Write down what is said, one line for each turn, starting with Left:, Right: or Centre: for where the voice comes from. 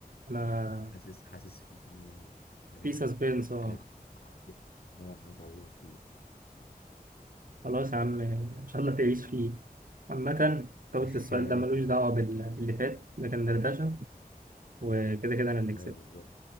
Right: أنا
Left: حاسس حاسس فيه كده فاهم
Right: في سسبنس
Left: حاجات
Right: اه
Left: عظيمه اه حاجات عظيمه كتير
Right: خلاص يا عم ان شاء الله تعيش فيه عامة انت قلت
Left: <laughs>
Right: السؤال
Left: يا
Right: ده
Left: ريت
Right: ملوش
Left: والله
Right: دعوة بال- باللي فات ده كان دردشة وكده كده انا اللي
Left: ايوه
Right: كسبت
Left: بالظبط